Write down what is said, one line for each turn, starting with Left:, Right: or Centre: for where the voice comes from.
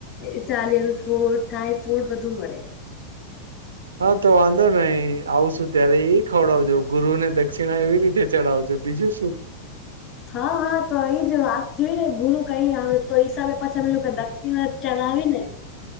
Left: Italian food, Thai food બધું મળે.
Right: હા તો વાંધો નઈ આવશું ત્યારે એ ખવડાવજો ગુરુ ને દક્ષિણા એવી રીતે. ચડાવજો બીજું શું.
Left: હા હા તો એ જ વાત જોઈ ને ગુરુ કઈ આવે તો હિસાબે પછી અમેલું કે દક્ષિણ જ ચલાવી ને.